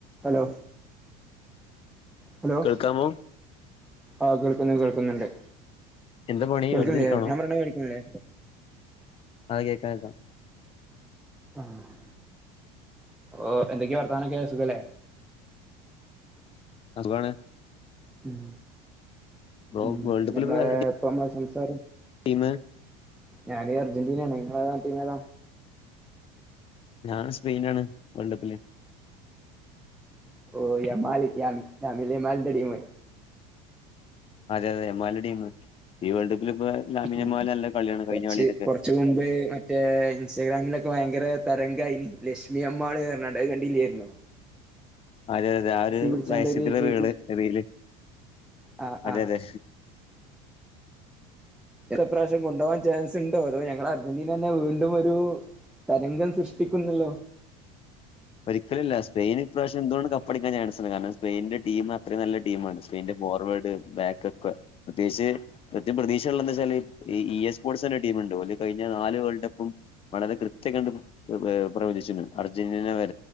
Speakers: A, in the centre; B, on the left.
A: Hello hello
B: കേൾക്കാമോ
A: ആഹ് കേൾക്കുന്നു കേൾക്കുന്നുണ്ട്
B: എന്താ പണി
A: കേൾക്കിണ്ല്ലെ
B: വെറുതെ ഇരിക്കാണോ
A: ഞാൻപറയണെ കേൾക്ക്ണില്ലെ
B: ആഹ് കേൾക്ക്ണ് ണ്ട്
A: ആഹ് ഓഹ് എന്തൊക്കെ വർത്താനൊക്കെ സുഖല്ലെ
B: ആഹ് സുഖാണ്
A: ഉം
B: ബ്രോ
A: ഉം
B: വേൾഡ് കപ്പിൽ
A: നമ്മളെ
B: ഇപ്പോ ആരുടെ
A: ഇപ്പം നമ്മളെ സംസാരം
B: ടീമ്
A: ഞാന് അർജന്റീനേണ് ഇങ്ങളേത ടീമേത
B: ഞാ സ്പെയിനാണ് വേൾഡ് കപ്പില്
A: ഓഹ് യമാല് യാമി യാമിൽ യമാലിൻ്റെ ടീമ്
B: അതെ അതെ യമാലിൻ്റെ ടീമ് ഈ വേൾഡ് കപ്പില് ഇപ്പ ലാമിൻയമാല്
A: ഉം
B: നല്ല കളിയാണ് കഴിഞ്ഞ
A: കുറച്ച്
B: കളിയിലൊക്കെ
A: കുറച്ച് മുമ്പ് മറ്റേ ഇൻസ്റ്റഗ്രാമിലൊക്ക ഭയങ്കര തരംഗായ്ന് ലക്ഷ്മി അമ്മാള് അർഞ്ഞാണ്ട് അയ് കണ്ടില്ലേര്ന്നൊ
B: അതെളഅതെ ആഹ് ഒരു
A: പിടിച്ചാണ്ട്
B: വയസത്തില്
A: ഒരു ചേച്ചി
B: റീള് റീല്
A: ആഹ്
B: അതെ
A: ആഹ്
B: അതെ
A: ഏറെപ്രാവശ്യം കൊണ്ടുപോകാൻ ചാൻസ് ഉണ്ടോ അതോ ഞങ്ങളെ അർജന്റീന തന്നെ വീണ്ടും ഒരു തരംഗം സൃഷ്ടി ട്ടിക്കുന്നല്ലോ.
B: ഒരിക്കലുംഇല്ല സ്പെയിൻ ഇപ്രാവിശ്യം എന്തുകൊണ്ടും കപ്പടിക്കാൻ ചാൻസ്ണ്ട്. കാരണം സ്പെയിന്റെ ടീം അത്രയും നല്ല ടീമാണ്. സ്പെയിന്റെ ഫോവേർഡ് ബാക്കക്കൊ പ്രത്യേകിച്ച് കൃത്യ പ്രതീക്ഷയുള്ളന്ന് വെച്ചാല് ഈ ഇ എസ് സ്പോർട്സ്എന്നറഞ്ഞൊരു ടീമുണ്ട്. കഴിഞ്ഞ നാല് വേൾഡ് കപ്പും വളരെ കൃത്യം കണ്ട് പ്രവചിച്ചിരുന്നു. അർജന്റീന വരെ